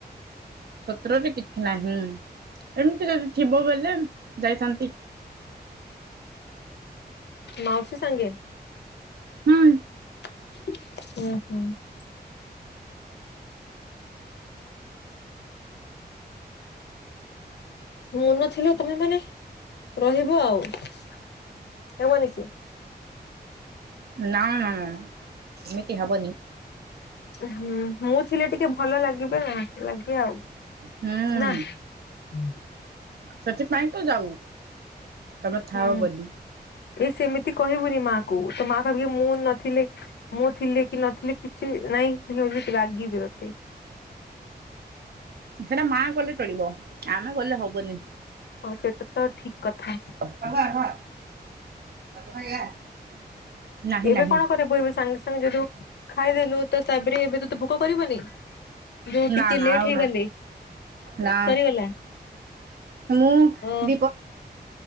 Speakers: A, on the right; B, on the left.
A: ସତ୍ରରେ କି ନାହିଁ ଏମିତି ଯଦି ଥିବ ବୋଇଲେ ଯାଇଥାନ୍ତି
B: ମାଉସୀ ସାଙ୍ଗେ
A: ହୁଁ।
B: ହୁଁ ହୁଁ। ମୁଁ ନଥିଲେ ତମେ ମାନେ ରହିବ ହେବନି କି?
A: ନା ନା ନା ସେମିତି ହବନି।
B: ହୁଁ ମୁଁ ଥିଲେ ଟିକେ ଭଲ ଲାଗିବେ ଲାଗେ ଆଉ
A: ହୁଁ
B: ନା। ହୁଁ <unintelligible>
A: ସେଥିପାଇଁ ତ ଯାଉ ତମେ ଥାଅ
B: ହୁଁ
A: ବୋଲି
B: ଏ ସେମିତି କହିବୁନି ମା କୁ ତୋ ମା ଭାବିବେ ମୁଁ ନଥିଲେ ମୁଁ ଥିଲେ କି ନଥିଲେକିଛି ନାଇଁ ଏମିତି ରାଗିବେ ତୋତେ
A: ସେଟା ମା ଗଲେ ଚଳିବ ଆମେ ଗଲେ ହବନି।
B: ହଁ ସେଇଟା ତ ଠିକ କଥା
A: <unintelligible> ନାହିଁ
B: ଏବେ
A: ନାହିଁ
B: କଣ କରିବୁ ଏବେ ସାଙ୍ଗେ ସାଙ୍ଗେ ଯଦି ଖାଇଦେଲୁ ତ ତାପରେ ଏବେ ତତେ ଭୋକ କରିବନି। ଯୋଉ
A: ନା
B: ଟିକେ
A: ନା
B: ଲେଟ୍
A: ଆଉ
B: ହେଇଗଲେ
A: ନା।
B: ସରିଗଲା
A: ହାଲୋ
B: ଅ
A: ଦୀପ